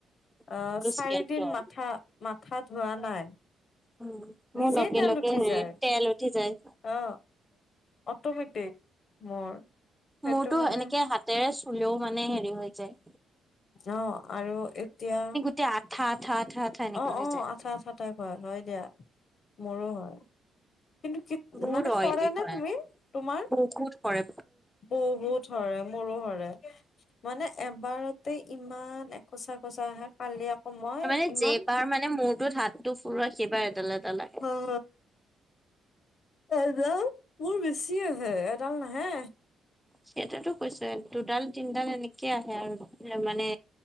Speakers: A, in the centre; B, on the left.
A: মোৰো
B: অহ চাৰিদিন
A: স্কেলটো অইলী।
B: মাথা, মাথা ধোৱা নাই।
A: উম
B: নিজেই
A: মোৰ লগে
B: তেল
A: লগে
B: উঠি
A: হেৰি
B: যায়
A: তেল উঠি যায়।
B: অ, অটমেটিক মোৰ। সেইটো
A: মোৰতো
B: মানে
A: এনেকে হাতেৰে চুলেও মানে হেৰি হৈ যায়।
B: অহ আৰু এতিয়া
A: এতিয়া আঠা, আঠা, আঠা এনেকা
B: অঁ
A: হৈ
B: অঁ,
A: যায়।
B: আচ্ছা আচ্ছা টাই কৰা, হয় দিয়া মোৰো হয়। কিন্তু কি
A: বহুত
B: মানে
A: অইলি
B: সৰে নে
A: হয়,
B: তুমি তোমাৰ?
A: বহুত সৰে
B: বহুত সৰে। মোৰো হৰে মানে এবাৰতে ইমান একচা একচা আহে কালি। অ মই।
A: এই
B: ইমান
A: যেইবাৰ মানে মূৰটোত হাতটো ফুৰোৱা, সেইবাৰ এডাল এডাল আহে।
B: <unintelligible> এডাল, মোৰ বেছি আহে এডাল নাহে।
A: সেইটোতো কৈছে। দুডাল তিনডাল এনেকে আহে আৰু মানে,